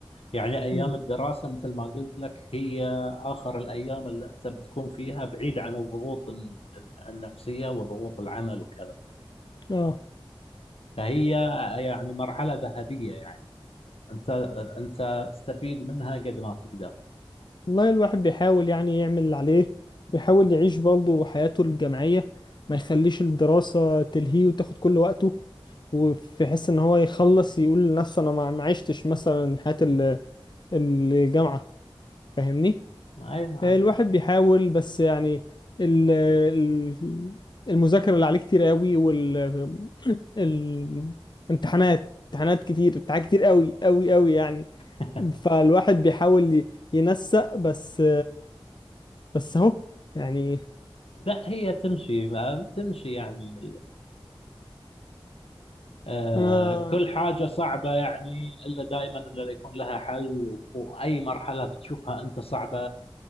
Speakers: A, on the left (about 80°); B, on the left (about 50°).
A: يعني أيام
B: مم.
A: الدراسة مثل ما قلت لك هي آخر الأيام اللي أنت بتكون فيها بعيد عن الضغوط ال- ال- النفسية وضغوط العمل وكذا
B: اه
A: فهي يعني مرحلة ذهبية يعني أنت أنت استفيد منها قد ما تقدر
B: والله الواحد بيحاول يعني يعمل اللي عليه بيحاول يعيش برضه حياته الجامعية ما يخليش الدراسة تلهيه وتاخد كل وقته وفي حس ان هو يخلص يقول لنفسه انا ما ما عشتش مثلا حياة ال- الجامعة فاهمني
A: أي نعم
B: الواحد
A: بالضبط
B: بيحاول بس يعني ال- ال- المذاكرة اللي عليه كتير قوي وال الامتحانات امتحانات كتير امتحانات كتير قوي قوي قوي يعني
A: <laughs>
B: فالواحد بيحاول ي- ينسق بس بس اهو يعني
A: لا هي تمشي ما- تمشي يعني آه،
B: انا
A: كل حاجة صعبة يعني إلا دائما إلا يكون لها حل و- وأي مرحلة بتشوفها أنت صعبة